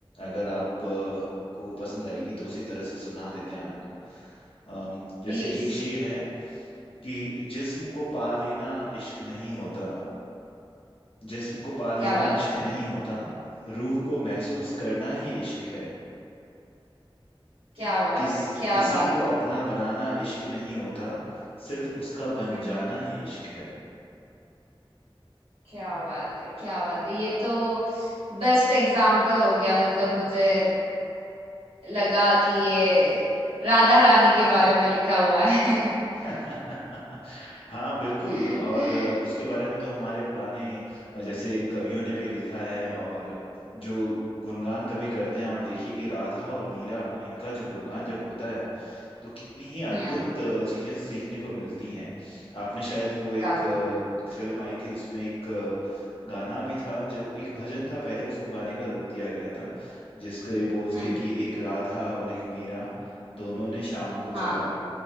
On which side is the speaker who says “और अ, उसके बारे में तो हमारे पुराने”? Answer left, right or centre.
Left